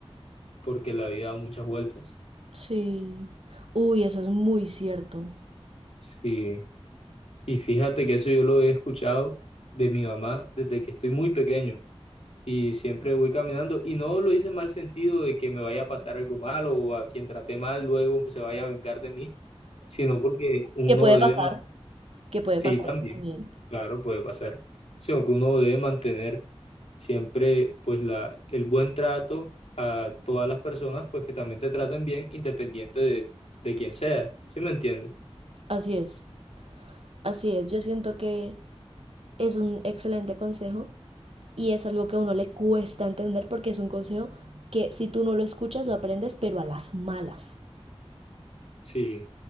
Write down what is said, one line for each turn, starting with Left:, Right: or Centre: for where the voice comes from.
Left: porque la vida da muchas vueltas.
Right: sí. Uy, eso es muy cierto.
Left: Sí. Y fíjate que eso yo lo he escuchado de mi mamá desde que estoy muy pequeño y siempre voy caminando y no lo hice en mal sentido de que me vaya a pasar algo malo o a quien traté mal luego se vaya a vengar de mí, sino porque uno
Right: Que puede
Left: debe
Right: pasar,
Left: mantener
Right: que puede
Left: Sí,
Right: pasar
Left: también,
Right: eso también.
Left: claro, puede pasar. Sino que uno debe mantener siempre pues la, el buen trato a todas las personas, pues que también te traten bien, independiente de, de quién sea. ¿Sí me entiendes?
Right: Así es, así es. Yo siento que es un excelente consejo y es algo que a uno le cuesta entender porque es un consejo que si tú no lo escuchas lo aprendes, pero a las malas.
Left: Sí,